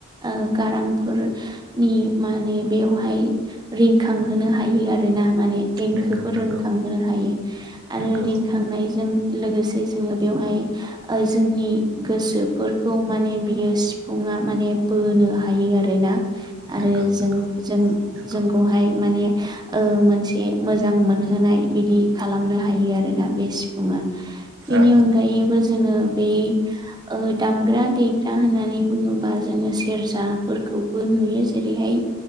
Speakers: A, on the right; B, on the right.
A: ओ गारांफोर नि माने बेवहाय रिंखांहोनो हायो आरो ना माने देंखोफोरों
B: नंगौ नंगौ
A: खांहोनो हायो आरो
B: नंगौ
A: रिंखांनायजों लोगोसे जोङो बेवहाय। ओ जोंनि गोसोफोरखौ माने बियो सिफुङा माने बोनो हायो आरो ना
B: नंगौ
A: आरो जों
B: नंगौ
A: जों
B: नंगौ
A: जोंखौहाय माने ओ मोनसे मोजां मोनहोनाय बिदि खालामनो हायो आरोना बे सिफुङा बेनि
B: औ
A: अनगायैबो जो जोङो बे ओ दामग्रा देग्रा होननानै बुङोबा जोङो सेर्जाफोरख‌ खौबो नुयो जेरैहाय